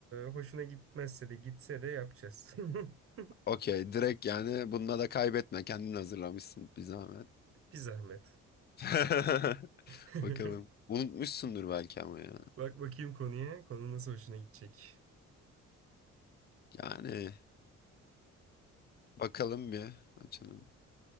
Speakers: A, on the right; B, on the left.
A: hoşuna gitmezse de gitse de yapacağız. <laughs>
B: Okey direkt yani bununla da kaybetme. Kendin hazırlamışsın bir zahmet.
A: Bir zahmet.
B: <laughs>
A: <laughs>
B: Bakalım. Unutmuşsundur belki ama ya.
A: Bak bakayım konuya. Konu nasıl hoşuna gidecek.
B: Yani bakalım bir açalım.